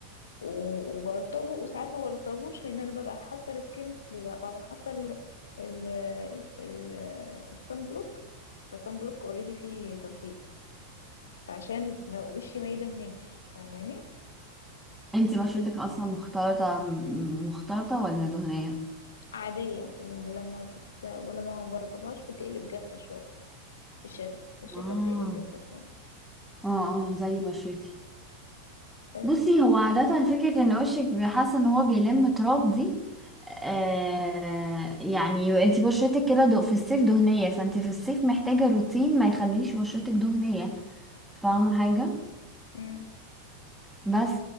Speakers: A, on the left; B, in the centre.
A: و- وبرطبه وساعات ما برطبوش لان انا ببقى حاطه السكين ال- ببقى حاطه ال ال ال الصن بلوك فالصن بلوك اوريدي فيه ترطيب فعشان ما وشي ما يدهننش فاهماني
B: انت بشرتك
A: يبقى
B: اصلا مختلطة م- مختلطة ولا دهنية
A: عاديه ولما بت... ولما ما برطبهاش بتقلب جافه شويه في الشتاء في الشتاء
B: اه
A: بتقلب جافة شوية
B: اه اه زي بشرتي
A: بس
B: بصي
A: ف
B: هو عادة فكرة ان وشك حاسة ان هو بيلم تراب دي آه يعني انت بشرتك كده دو- في الصيف دهنية فانت في الصيف محتاجة روتين ما يخليش بشرتك دهنية فاهمة حاجة
A: مم.
B: بس